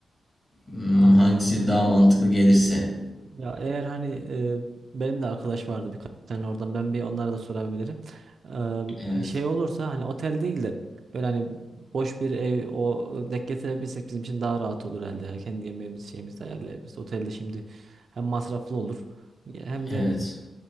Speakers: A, on the left; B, on the right.
A: Hmm,
B: Anladım.
A: hangisi daha mantıklı gelirse.
B: Ya eğer hani e, benim de arkadaş vardı birkaç tane oradan ben bir onlara da sorabilirim. Eee,
A: Evet.
B: şey olursa hani otel değil de böyle hani boş bir ev o denk getirebilsek bizim için daha rahat olur herhalde. ya. kendi yemeğimizi şeyimizi de ayarlayabiliriz. Otelde şimdi hem masraflı olur hem
A: Evet,
B: de